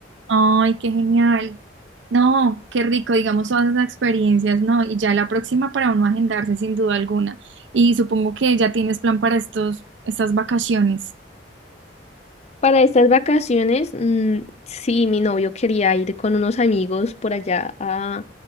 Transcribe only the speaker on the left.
Para estas vacaciones, mm, sí, mi novio quería ir con unos amigos por allá a